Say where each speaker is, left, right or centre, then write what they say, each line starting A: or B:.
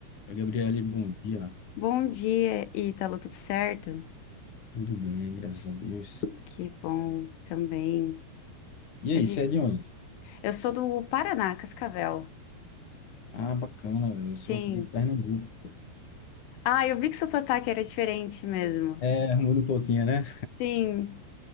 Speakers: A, on the left (about 40°); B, on the left (about 85°).
A: Oi, Gabriele, bom dia.
B: Bom dia, Ítalo, tudo certo?
A: Tudo bem, graças a Deus.
B: Que bom também.
A: E aí,
B: Eu vi.
A: você é de onde?
B: Eu sou do Paraná, Cascavel.
A: Ah, bacana, velho.
B: Sim.
A: Eu sou aqui de Pernambuco.
B: Ah, eu vi que seu sotaque era diferente mesmo.
A: É, muda um pouquinho, né?
B: Sim,